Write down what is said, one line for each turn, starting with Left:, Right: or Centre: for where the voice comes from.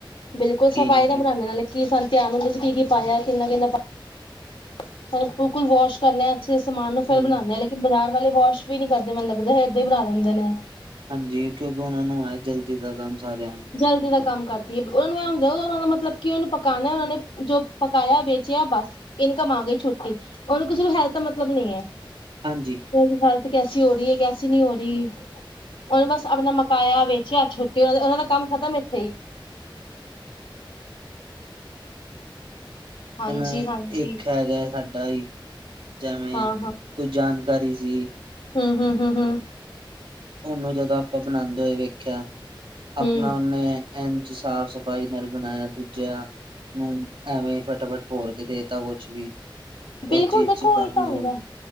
Left: ਬਿਲਕੁਲ
Right: ਕੀ
Left: ਸਫ਼ਾਈ ਨਾਲ ਬਣਾਨੇ ਆਂ ਨਾਲੇ ਕੀ ਸਨ। ਧਿਆਨ ਨਾਲ਼ ਦੱਸੀ ਕੀ-ਕੀ ਪਾਇਆ ਕਿੰਨ- ਕਿੰਨਾ ਪਾਇਆ ਵਾਸ਼ ਕਰਨੇ ਆ। ਅੱਛੇ ਸਮਾਨ ਨੂੰ
Right: ਹਮ
Left: ਫਿਰ ਬਣਾਦੇ ਹਾਂ, ਤਾਂ ਲੇਕਿਨ ਬਜ਼ਾਰ ਵਾਲੇ ਵਾਸ਼ ਵੀ ਨੀ ਕਰਦੇ ਮੈਨੂੰ ਲੱਗਦਾ ਏਦਾਂ ਹੀ ਬਣਾ ਦਿੰਦੇ ਨੇ।
Right: ਹਾਂਜੀ ਕਿਉਂਕਿ ਉਹਨਾਂ ਨੂੰ ਹੈ ਜਲਦੀ ਦਾ ਕੰਮ ਸਾਰਿਆਂ ਨੂੰ।
Left: ਜਲਦੀ ਦਾ ਕੰਮ ਕਰਦੀ ਹੈ, ਉਹਨੂੰ ਇਹ ਹੁੰਦਾ ਉਹਨਾਂ ਦਾ ਮਤਲਬ ਕਿ ਉਹਨੂੰ ਪਕਾਨਾ ਉਹਨਾਂ ਨੇ ਜੋ ਪਕਾਇਆ ਵੇਚਿਆ ਬਸ। ਇਨਕਮ ਆ ਗਈ ਛੁੱਟੀ, ਕਿਸੇ ਨੂੰ ਹੈਲਥ ਦਾ ਮਤਲਬ ਨਹੀਂ ਐ।
Right: ਹਾਂਜੀ।
Left: ਦੀ ਹੈਲਥ ਕੈਸੀ ਹੋ ਰਹੀ ਹੈ ਕੈਸੀ ਨੀ ਹੋ ਰਹੀ। ਉਹਨੂੰ ਬਸ ਆਪਣਾ ਮਕਾਇਆ, ਵੇਚਿਆ, ਛੁੱਟੀ ਉਹ ਉਹਨਾ ਦਾ ਕੰਮ ਖ਼ਤਮ ਇੱਥੇ ਹੀ। ਹਾਂਜੀ
Right: ਹੁਣ
Left: ਹਾਂਜੀ
Right: ਇੱਕ ਹੈਗਾ ਸਾਡਾ ਇਹ। ਜਵੇ
Left: ਹਾਂ
Right: ਕੋਈ ਜਾਣਕਾਰੀ ਸੀ।
Left: ਹੂੰ ਹੂੰ ਹੂੰ ਹੂੰ।
Right: ਓਨੂੰ ਜਦੋਂ ਆਪਾਂ ਬਣਾਂਦੇ ਹੋਏ ਵੇਖੇਆ
Left: ਹਮ
Right: ਅਪਨਾ ਓਨੇ ਏੰਝ ਸਾਫ਼ ਸਫ਼ਾਈ ਨਾਲ ਬਣਾਏਆ ਦੂਜਾ ਨੂੰ ਐਵੇਂ ਫਟਾਫਟ ਭੋਰ ਕੇ ਦੇਤਾ ਕੁਛ ਵੀ।
Left: ਬਿਲਕੁਲ
Right: ਉਸ ਚੀਜ਼
Left: ਦੇਖੋ
Right: ਚ ਕਾਫ਼ੀ
Left: ਓਈ ਤਾਂ
Right: ਉਹ
Left: ਹੁੰਦੈ।
Right: ਹੁੰਦੀ।